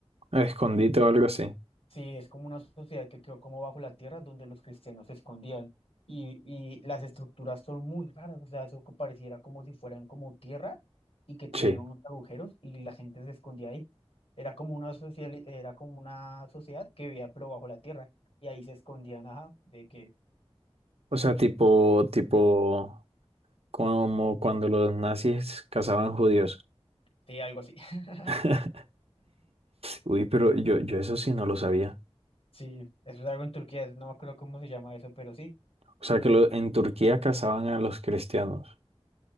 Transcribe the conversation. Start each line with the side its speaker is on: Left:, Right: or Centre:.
Right: escondite o algo así.
Left: sí, es como una sociedad que quedó como bajo la tierra donde los cristianos se escondían. Y, y las estructuras son muy raras, o sea, eso que pareciera como si fueran como tierra y que tenían
Right: Sí.
Left: unos agujeros y la gente se escondía ahí. Era como una sociedad, era como una sociedad que vivía pero bajo la tierra y ahí se escondían, ajá, de que,
Right: O sea, tipo, tipo, como cuando los nazis cazaban judíos.
Left: de algo así. <laughs>
Right: <laughs> Uy, pero yo, yo eso sí no lo sabía.
Left: Sí, eso es algo en Turquía, no me acuerdo cómo se llama eso, pero sí.
Right: O sea, que lo- en Turquía cazaban a los cristianos.